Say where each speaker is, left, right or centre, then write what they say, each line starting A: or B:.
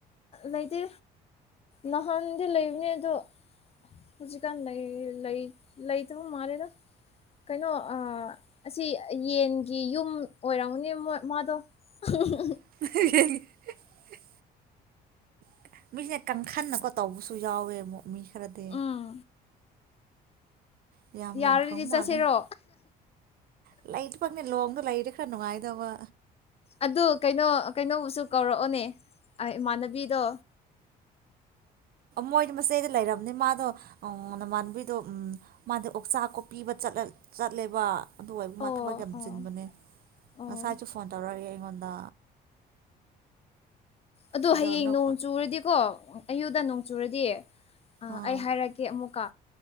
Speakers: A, on the left (about 35°); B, on the right (about 60°).
A: ꯂꯩꯇꯦ ꯅꯍꯥꯟꯗꯤ ꯂꯩꯕꯅꯦ ꯑꯗꯣ ꯍꯧꯖꯤꯛꯀꯥꯟ ꯂꯩ ꯂꯩ ꯂꯩꯇꯕ ꯃꯥꯜꯂꯦꯗ ꯀꯩꯅꯣ ꯑꯥ ꯑꯁꯤ ꯌꯦꯟꯒꯤ ꯌꯨꯝ ꯑꯣꯏꯔꯝꯒꯅꯤ ꯃ ꯃꯥꯗꯣ <unintelligible>
B: <unintelligible> <unintelligible> ꯀꯪꯈꯟꯅꯀꯣ ꯇꯧꯕꯁꯨ ꯌꯥꯎꯋꯦꯃꫭ ꯃꯤ ꯈꯔꯗꯤ
A: ꯎꯝ
B: ꯌꯥꯝ
A: ꯌꯥꯔꯗꯤ
B: ꯌꯥꯝ ꯐꯪ ꯃꯥꯜꯂꯦ
A: ꯆꯠꯁꯤꯔꯣ
B: <unintelligible> ꯂꯣꯡꯗꯣ ꯂꯩꯔꯗꯤ ꯈꯔ ꯅꯨꯡꯉꯥꯏꯗꯧꯕ
A: ꯑꯗꯨ ꯀꯩꯅꯣ ꯀꯩꯅꯣꯕꯨꯁꯨ ꯀꯧꯔꯑꯣꯅꯦ ꯏꯃꯥꯟꯅꯕꯤꯗꯣ
B: ꯃꯣꯏ ꯃꯆꯦꯗꯤ ꯂꯩꯔꯝꯅꯤ ꯃꯥꯗꯣ ꯅꯃꯥꯟꯕꯤꯗꯣ ꯎꯝ ꯃꯥꯗꯤ ꯑꯣꯛꯆꯥ ꯀꯣꯛꯄꯤ ꯆꯠꯂꯦꯕ ꯑꯗꯨ ꯑꯣꯏꯕ
A: ꯑꯣ
B: ꯃꯥ ꯊꯕꯛ ꯌꯥꯝ
A: ꯑꯣ
B: ꯆꯤꯟꯕꯅꯦ
A: ꯑꯣ
B: ꯉꯁꯥꯏꯁꯨ ꯐꯣꯟ ꯇꯧꯔꯛꯑꯑꯦ ꯑꯩꯉꯣꯟꯗ
A: ꯑꯗꫭ
B: ꯀꯩꯗꯧꯔꯤꯅꯣ
A: ꯍꯌꯦꯡ ꯅꯣꯡ ꯆꯨꯔꯗꯤꯀꯣ ꯑꯌꯨꯗ ꯅꯣꯡ ꯆꯨꯔꯗꯤ ꯑ‌
B: ꯑꯥ
A: ꯑꯩ ꯍꯥꯏꯔꯛꯀꯦ ꯑꯃꯨꯛꯀ